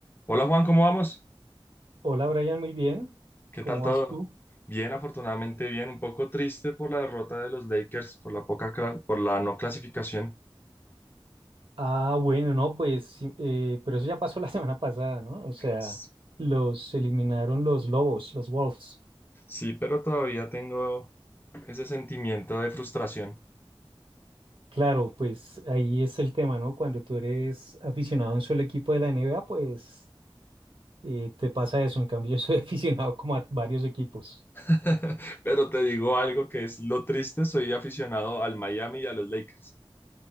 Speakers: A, on the left (about 20°); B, on the right (about 65°).
A: Hola Juan, ¿cómo vamos?
B: Hola Brian, muy bien.
A: ¿Qué
B: ¿Cómo
A: tal todo?
B: vas tú?
A: Bien, afortunadamente bien, un poco triste por la derrota de los Lakers, por la poca, cla- por la no clasificación.
B: Ah, bueno, no, pues, sí, eh, pero eso ya pasó la <laughs> semana pasada, ¿no? O sea,
A: S-
B: los eliminaron los lobos, los Wolves.
A: Sí, pero todavía tengo ese sentimiento de frustración.
B: Claro, pues ahí es el tema, ¿no? Cuando tú eres aficionado a un solo equipo de la NBA, pues eh, te pasa eso. En cambio, yo soy <laughs> aficionado como a varios equipos.
A: <laughs> Pero te digo algo que es lo triste, soy aficionado al Miami y a los Lakers.